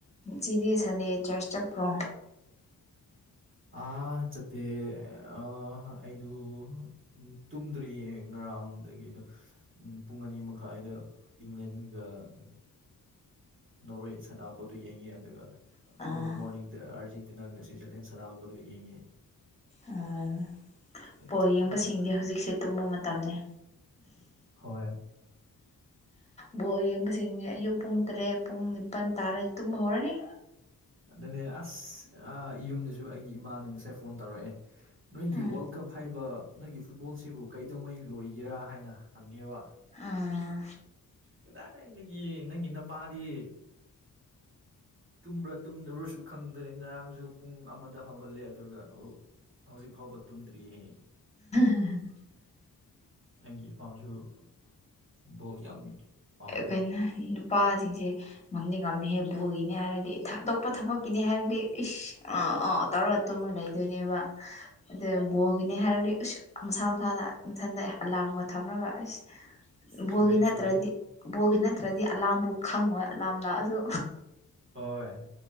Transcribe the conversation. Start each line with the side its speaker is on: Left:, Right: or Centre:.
Left: ꯁꯤꯗꯤ ꯁꯟꯗꯦ ꯆꯔꯆ ꯆꯠꯄ꯭ꯔꯣ
Right: ꯑ ꯆꯠꯇꯦ ꯑꯍ ꯑꯩꯗꯨ ꯎꯝ ꯇꯨꯝꯗ꯭ꯔꯤ ꯌꯦꯡꯉ ꯉꯔꯥꯡꯗꯒꯤ ꯑꯗꯨ ꯎꯝ ꯄꯨꯡ ꯑꯅꯤ ꯃꯈꯥꯏꯗ ꯏꯪꯂꯦꯟꯒ ꯅꯎꯔꯣꯏ ꯁꯅꯥꯕꯣꯠꯇ ꯌꯦꯡꯉꯤ ꯑꯗꯨꯒ
Left: ꯑꯥ
Right: ꯑꯃꯨꯛꯀ ꯃꯣꯔꯅꯤꯡꯗ ꯑꯥꯔꯖꯦꯟꯇꯤꯅꯥꯒ ꯁ꯭ꯋꯤꯖꯔꯂꯦꯟ ꯁꯅꯥꯕꯗꯨ ꯌꯦꯡꯉꯤ
Left: ꯑꯥ ꯕꯣꯜ
Right: ꯆꯠꯇ꯭ꯔꯦꯗ
Left: ꯌꯦꯡꯕꯁꯤꯡꯗꯤ ꯍꯧꯖꯤꯛꯁꯦ ꯇꯨꯝꯕ ꯃꯇꯝꯅꯤ
Right: ꯍꯣꯏ
Left: ꯕꯣꯜ ꯌꯦꯡꯕꯁꯤꯡꯗꯤ ꯑꯌꯨꯛ ꯄꯨꯡ ꯇꯔꯦꯠ ꯄꯨꯡ ꯅꯤꯄꯥꯜ ꯇꯥꯔꯗꯤ ꯇꯨꯝꯕ ꯍꯧꯔꯅꯤ
Right: ꯑꯗꯨꯅꯦ ꯑꯁ ꯌꯨꯝꯗꯁꯨ ꯑꯩꯒꯤ ꯏꯃꯥꯅ ꯉꯁꯥꯏ ꯐꯣꯟ ꯇꯧꯔꯛꯑꯦ ꯅꯣꯏꯒꯤ
Left: ꯎꯝ
Right: ꯋꯥꯔꯜ ꯀꯞ ꯍꯥꯏꯕ ꯅꯣꯏꯒꯤ ꯐꯨꯠꯕꯣꯜꯁꯤꯕꯨ ꯀꯩꯗꯧꯉꯩ ꯂꯣꯏꯒꯦꯔꯥ ꯍꯥꯏꯅ ꯍꯪꯉꯦꯕ
Left: ꯑꯥ
Right: ꯀꯗꯥꯏꯒꯤ ꯅꯪꯒꯤ ꯅꯨꯄꯥꯗꯤ ꯇꯨꯝꯕ꯭ꯔꯥ ꯇꯨꯝꯗꯕ꯭ꯔꯁꯨ ꯈꯪꯗ꯭ꯔꯦ ꯉꯔꯥꯡꯁꯨ ꯄꯨꯡ ꯑꯃꯗ ꯍꯧꯒꯠꯂꯦ ꯑꯗꯨꯒ ꯍꯧꯖꯤꯛ ꯐꯥꯎꯕ ꯇꯨꯝꯗ꯭ꯔꯤꯍꯦ
Left: ꯎꯝ
Right: ꯑꯩꯒꯤ ꯏꯄꯥꯁꯨ ꯐꯨꯠꯕꯣꯜ ꯌꯥꯝ ꯄꯥꯝꯕꯒꯤ
Left: ꯀꯩꯅꯣ ꯅꯨꯄꯥꯁꯤꯡꯁꯦ ꯉꯝꯗꯤ ꯉꯝꯃꯦꯍꯦ ꯕꯣꯒꯤꯅꯤ ꯍꯥꯏꯔꯗꯤ ꯊꯥꯗꯣꯛꯄ ꯊꯕꯛꯀꯤꯅꯤ ꯍꯥꯏꯔꯗꯤ ꯏꯁꯁ ꯑ ꯑ ꯇꯧꯔ ꯇꯨꯃ ꯂꯩꯗꯣꯏꯅꯦꯕ ꯑꯗꯨ ꯕꯣꯒꯤꯅꯦ ꯍꯥꯏꯔꯗꯤ ꯃꯁꯥ ꯃꯁꯥꯅ ꯏꯊꯟꯗ ꯑꯂꯥꯔꯝꯒ ꯊꯝꯂꯒ ꯑꯩꯁ
Right: ꯆꯨꯝꯃꯦ
Left: ꯕꯣꯜꯒꯤ ꯅꯠꯇ꯭ꯔꯗꯤ
Right: ꯆꯨꯝꯃꯦ
Left: ꯕꯣꯒꯤ ꯅꯠꯇ꯭ꯔꯗꯤ ꯑꯂꯥꯝꯕꯨ ꯈꯪꯉꯣꯏ ꯑꯂꯥꯝ ꯂꯥꯛꯑꯁꯨ
Right: ꯍꯣꯏ